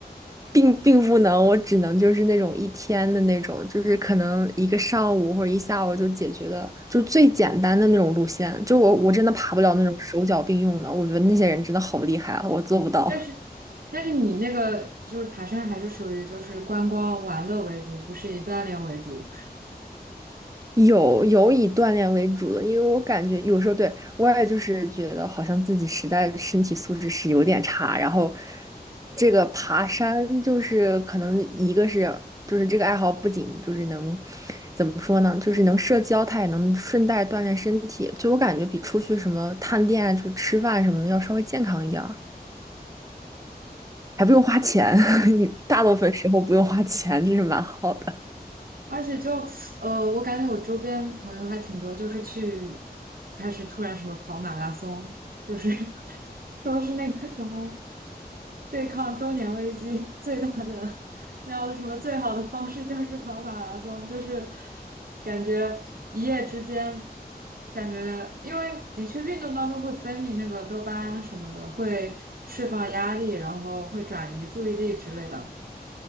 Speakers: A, on the right; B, on the right.
A: 并并不能，我只能就是那种一天的那种，就是可能一个上午或者一下午就解决的，就是最简单的那种路线。就我我真的爬不了那种手脚并用的，我觉得那些人真的好厉害啊，我做不到。
B: 但是但是你那个就是爬山还是属于就是观光玩乐为主，不是以锻炼为主。
A: 有有以锻炼为主的，因为我感觉有时候对我也就是觉得好像自己实在身体素质是有点差，然后这个爬山就是可能一个是就是这个爱好不仅就是能怎么说呢，就是能社交，它也能顺带锻炼身体，就我感觉比出去什么探店啊，就吃饭什么的要稍微健康一点儿，还不用花钱，<laughs> 你大部分时候不用花钱，这是蛮好的。
B: 而且就呃，我感觉我周边朋友还挺多，就是去开始突然什么跑马拉松，就是 <laughs> 说是那个什么对抗中年危机 <laughs> 最大的那样的什么最好的方式就是跑马拉松，就是感觉一夜之间，感觉因为的确运动当中会分泌那个多巴胺什么的，会释放压力，然后会转移注意力之类的。